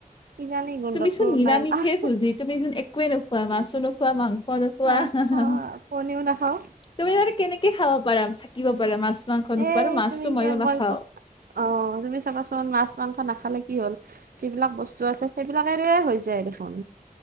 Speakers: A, on the right; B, on the left.
A: কিজানি গোন্ধতটো
B: তুমিচোন নিৰামিষে
A: নাম আহ
B: ভোজি, তুমিচোন একোৱে নোখোৱা, মাছো নোখোৱা, মাংস নোখোৱা।
A: আহ অ', কণীও নাখাওঁ
B: তুমি মানে কেনেকে খাব পাৰা থাকিব পাৰা মাছ মাংস
A: এ
B: নোখোৱা আৰু মাছটো
A: তুমি কি
B: ময়ো নাখাওঁ
A: মই ক অ', তুমি চাবাচোন মাছ মাংস নাখালে কি হ'ল যিবিলাক বস্তু আছে সেইবিলাকেৰেও হৈ যায় দেখোন